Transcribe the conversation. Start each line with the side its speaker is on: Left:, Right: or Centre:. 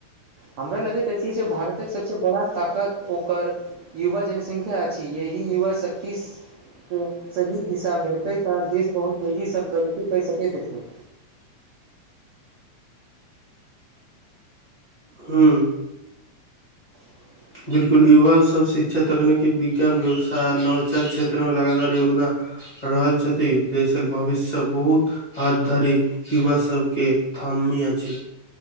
Right: हमरा लगैत अछि जे भारतक सभसँ बड़ा ताकत ओकर युवा जनसंख्या अछि यही युवा शक्ति के सही दिशा भेटै तऽ देश बहुत तेजीसँ प्रगति कै सकैत अछि
Left: हूँ
Right: <inaudible>
Left: बिलकुल युवा सब शिक्षा तकनीकी विज्ञान व्यवसाय नवचात क्षेत्र मे लगातार योगदान रहल छथि देशक भविष्य सभ बहुत हात धरी युवा सब के थामिया अछि